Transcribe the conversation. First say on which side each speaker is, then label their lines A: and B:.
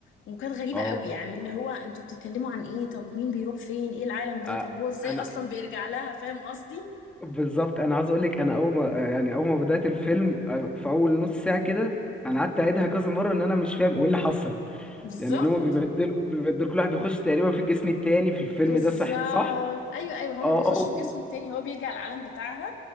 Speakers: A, on the left (about 75°); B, in the centre.
A: وكانت غريبه
B: اه
A: قوي يعني اللي هو انتوا بتتكلموا عن ايه طب مين بيروح فين ايه العالم ده
B: آه،
A: طب هو ازاي
B: انا
A: اصلا بيرجع لها فاهم قصدي
B: بالظبط انا عاوز اقول لك انا اول ما يعني اول ما بدات الفيلم آه، في اول نص ساعه كده انا قعدت اعيدها كذا مره ان انا مش فاهم ايه اللي حصل
A: بالظبط
B: يعني ان هم بيبدلوا بيبدلوا كل واحد بيخش تقريبا في الجسم التاني في الفيلم
A: بالظبط
B: ده صح صح
A: ايوه ايوه هما
B: اه
A: بيخشوا في جسم التاني هو بيرجع العالم بتاعها